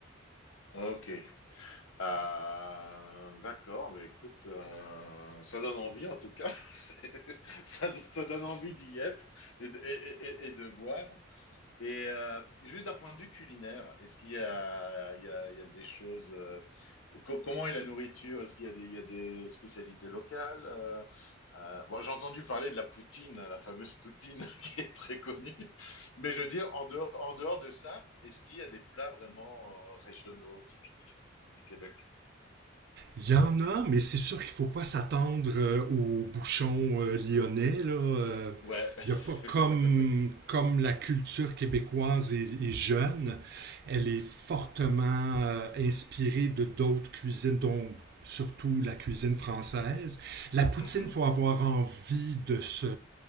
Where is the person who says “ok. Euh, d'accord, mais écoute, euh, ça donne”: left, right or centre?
Left